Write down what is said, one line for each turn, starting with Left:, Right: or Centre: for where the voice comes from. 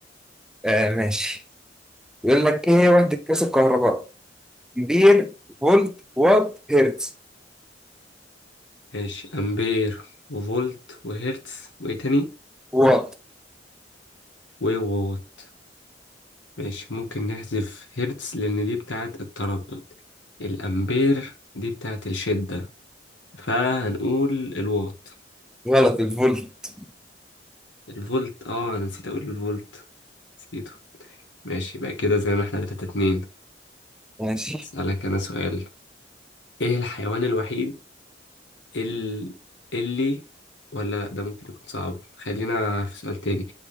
Centre: آه ماشي بيقول لك ايه هي وحدة قياس الكهرباء؟ امبير فولت وات هرتز
Left: ماشي أمبير وفولت وهرتز وإيه تاني
Centre: وات
Left: ووات ماشي ممكن نحذف هرتز لأن دي بتاعة التردد الأمبير دي بتاعة الشدة فهنقول الوات
Centre: غلط الفولت
Left: الفولت اه أنا نسيت أقول الفولت نسيته ماشي بقى كده زي ما احنا تلاتة اتنين
Centre: ماشي
Left: اسألك انا سؤال ايه الحيوان الوحيد ال... اللي ولا لا ده ممكن يكون صعب خلينا في سؤال تاني